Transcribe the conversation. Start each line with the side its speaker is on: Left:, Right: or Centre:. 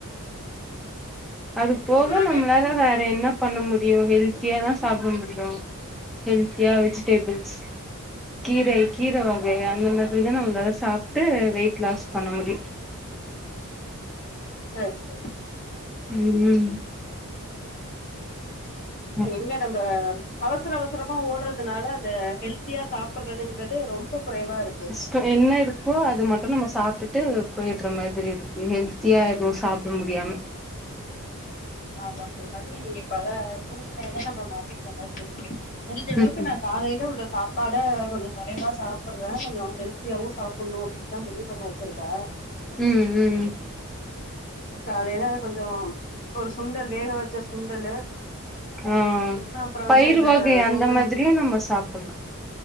Centre: அது போக
Left: சரி
Centre: நம்மளால
Left: சரி
Centre: வேற என்ன பண்ண முடியும் ஹெல்த்தியா தான் சாப்பட முடியு ஹெல்த்தியா வெஜிடேபிள்ஸ் கீரை கீர வகை அந்த மாதிரிதா நம்ளால சாப்ட்டு வெயிட் லாஸ் பண்ண முடியு
Left: சரி சரி
Centre: ம் ம்
Left: எங்க நம்ப அவசர அவசரமா ஓடுறத் அதனால அந்த ஹெல்த்தியா சாப்பட்றதுங்கறது ரொம்ப குறைவா இருக்கு
Centre: சோ என்ன இருக்கோ அது மட்டு நம்ம சாப்ட்டுட்டு போய்ட்ற மாதிரி இருக்கு ஹெல்த்தியா எது சாப்ட முடியாம
Left: ஆமா இது மாதிரி பல சூழ்நிலைல நம்ம மாட்டிக்கிற மாரி இருக்கு முடிஞ்ச அளவுக்கு
Centre: ம்
Left: நா காலைல உள்ள சாப்பாட கொஞ்சோ குறைவா சாப்பட்றே கொஞ்சோ ஹெல்த்தியாவு சாப் பண்ணு அப்டின்தா முடிவு பண்ணி வெச்சிருக்கே
Centre: ம் ம்
Left: காலைல கொஞ்சோ ஒரு சுண்டல் வேக வெச்ச சுண்டலு
Centre: ஆ
Left: அப்புறோ
Centre: பயிரு
Left: வந்து இந்த
Centre: வகை
Left: கோதும
Centre: அந்த மாதிரியு நம்ம சாப்பல்லா